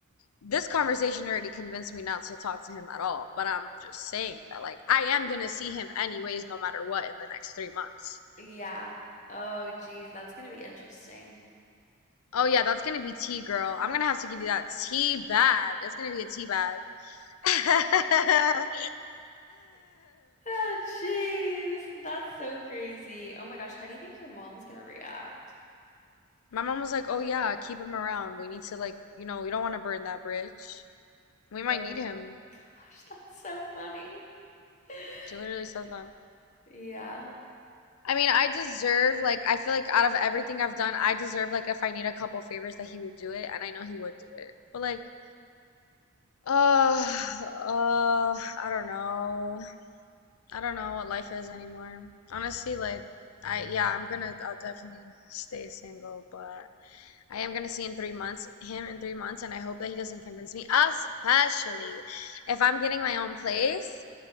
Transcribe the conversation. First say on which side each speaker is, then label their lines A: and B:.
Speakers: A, on the left; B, on the left.
A: this conversation already convinced me not to talk to him at all, but I'm just saying that like I am gonna see him anyways no matter what in the next three months.
B: Yeah. Oh, geez, that's gonna be interesting.
A: Oh yeah, that's gonna be tea, girl. I'm gonna have to give you that tea bag. It's gonna be a tea bag. <laughs>
B: Oh, jeez, that's so crazy. Oh my gosh, how do you think your mom's gonna react?
A: My mom was like, "Oh yeah, keep him around. We need to like, you know, we don't want to burn that bridge." We might
B: Oh
A: need him.
B: gosh, that's so funny. <laughs>
A: She literally says that.
B: Yeah,
A: I mean, I deserve, like, I feel like out of everything I've done, I deserve, like, if I need a couple favors, that he would do it, and I know he would do it. But, like, uh, uh, I don't know. I don't know what life is anymore. Honestly, like, I, yeah, I'm gonna, I'll definitely stay single, but I am gonna see in three months, him in three months, and I hope that he doesn't convince me, especially if I'm getting my own place.